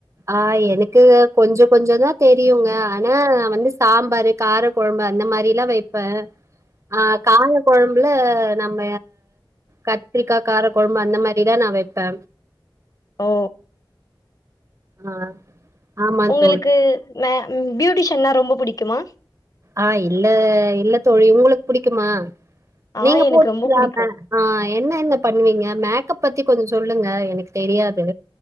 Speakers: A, on the right; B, on the left.
A: ஆ எனக்கு கொஞ்சோ கொஞ்சோ தா தெரியுங்க ஆனா வந்து சாம்பாரு கார கொழம்பு அந்த மாரிலாம் வைப்பே ஆ காழ கொழம் புள நம்ம கத்திரிக்கா காரக்கொழம்பு அந்த மாரிதான் நா வைப்பே
B: ஓ
A: ஆ ஆமா
B: உங்களுக்கு
A: தோழி.
B: ம பியூட்டிஷன்னா ரொம்ப பிடிக்குமா
A: ஆ இல்ல இல்ல தோழி ஒங்களுக்கு புடிக்குமா?
B: ஆ
A: நீங்க
B: எனக்கு
A: போட்டுக்கல
B: ரொம்ப புடிக்கு
A: ம ஆ என்ன என்ன பண்ணுவீங்க மே மேக்கப் பத்தி கொஞ்சொ சொல்லுங்க எனக்கு தெரியாது